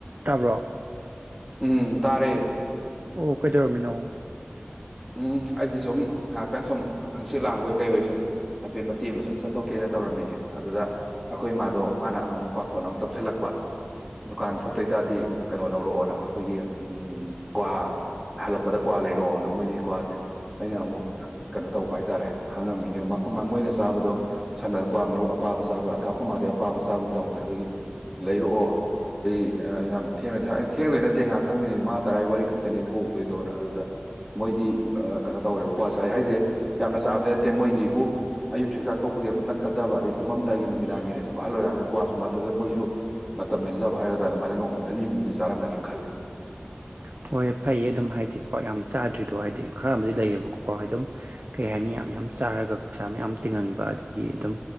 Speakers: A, on the right; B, in the centre.
A: ꯇꯥꯕ꯭ꯔꯣ
B: ꯎꯝ ꯇꯥꯔꯦ
A: ꯑꯣ ꯀꯩꯗꯧꯔꯝꯃꯤꯅꯣ
B: ꯎꯝ ꯑꯩꯗꯤ ꯁꯨꯝ ꯉꯥꯏꯍꯥꯛꯇꯪ ꯁꯨꯝ ꯍꯪꯆꯤꯠ ꯂꯥꯡꯕꯣꯏ ꯀꯩꯍꯣꯏ ꯁꯨꯝ ꯍꯥꯏꯐꯦꯠ ꯃꯇꯦꯛ ꯑꯃ ꯁꯨꯝ ꯆꯠꯊꯣꯛꯀꯦꯅ ꯇꯧꯔꯝꯃꯤꯅꯦ ꯑꯗꯨꯗ ꯑꯩꯈꯣꯏ ꯃꯥꯗꯣ ꯃꯥꯅ ꯑꯃꯨꯛ ꯄꯥꯈꯣꯟ ꯑꯃꯨꯛ ꯇꯞꯁꯤꯜꯂꯛꯄ ꯗꯨꯀꯥꯟ ꯊꯣꯛꯇꯣꯏꯇꯥꯗꯤ ꯀꯩꯅꯣ ꯂꯧꯔꯛꯑꯣꯅ ꯑꯩꯈꯣꯏꯒꯤ ꯎꯝ ꯀ꯭ꯋꯥ ꯍꯜꯂꯛꯄꯗ ꯀ꯭ꯋꯥ ꯂꯩꯔꯣꯑꯣꯅ ꯃꯣꯏꯗꯤ ꯀ꯭ꯋꯥꯁꯦ ꯑꯩꯅ ꯑꯃꯨꯛ ꯀꯩꯅꯣ ꯇꯧꯕ ꯍꯥꯏꯇꯔꯦ ꯍꯪꯉꯝꯃꯤꯅꯦ ꯃꯈꯣꯏ ꯃꯣꯏꯅ ꯆꯥꯕꯗꯣ ꯁꯝꯅ ꯀ꯭ꯋꯥ ꯃꯔꯨ ꯑꯄꯥꯕ ꯆꯥꯕ꯭ꯔꯥ ꯑꯊꯥ ꯈꯣꯏ ꯃꯥꯗꯤ ꯑꯄꯥꯕ ꯆꯥꯒꯨꯝ ꯇꯧꯕꯅꯦ ꯑꯗꯨꯒꯤ ꯂꯩꯔꯛꯑꯣ ꯑꯩ ꯌꯥꯝ ꯊꯦꯡꯅꯗꯤ ꯑꯩꯅ ꯊꯦꯡꯗꯣꯏ ꯅꯠꯇꯦ ꯉꯥꯛꯇꯪ ꯃꯤꯅꯤꯠ ꯃꯉꯥ ꯇꯔꯥ ꯋꯥꯔꯤ ꯈꯛꯇꯅꯤ ꯊꯣꯛꯎꯗꯣꯏꯗꯣꯅ ꯑꯗꯨꯗ ꯃꯣꯏꯗꯤ ꯑ ꯀꯅꯣ ꯇꯧꯋꯦꯕꯀꯣ ꯉꯁꯥꯏ ꯍꯥꯏꯁꯦ ꯌꯥꯝꯅ ꯆꯥꯕꯗꯤ ꯅꯠꯇꯦ ꯃꯣꯏꯒꯤꯕꯨ ꯑꯌꯨꯛ ꯆꯥꯛ ꯆꯥ ꯇꯣꯛꯄꯒꯤ ꯑꯃꯇꯪ ꯆꯥꯖ ꯕ ꯑꯗꯩ ꯇꯨꯝꯃꯝꯗꯥꯏꯒꯤ ꯅꯨꯃꯤꯗꯥꯡꯒꯤꯅꯦ ꯁꯨꯝ ꯑꯍꯜ ꯑꯣꯏꯔꯕꯅꯤꯅ ꯀ꯭ꯋꯥꯁꯨꯝ ꯑꯗꯨꯗ ꯃꯣꯏꯁꯨ ꯃꯇꯝ ꯂꯦꯟꯖꯕ ꯍꯥꯏꯒꯗ꯭ꯔꯥ ꯑꯗꯨꯃꯥꯏꯅ ꯅꯣꯡꯃ ꯑꯅꯤꯒꯨꯝꯕꯗꯤ ꯆꯥꯔꯝꯒꯅꯤꯅ ꯈꯜꯂꯦ
A: <inaudible> ꯍꯣꯏ ꯐꯩꯌꯦ ꯑꯗꯨꯝ ꯍꯥꯏꯗꯤꯀꯣ ꯌꯥꯝ ꯆꯥꯗ꯭ꯔꯤꯗꯣ ꯍꯥꯏꯗꯤ ꯈꯔ ꯑꯃꯗꯤ ꯂꯩꯌꯦꯕꯀꯣ ꯑꯗꯨꯝ ꯀꯩ ꯍꯥꯏꯅꯤ ꯃꯌꯥꯝ ꯆꯥꯔꯒ ꯄꯩꯁꯥ ꯃꯌꯥꯝ ꯇꯤꯡꯍꯟꯕ ꯑꯗꯒꯤ ꯑꯗꯨꯝ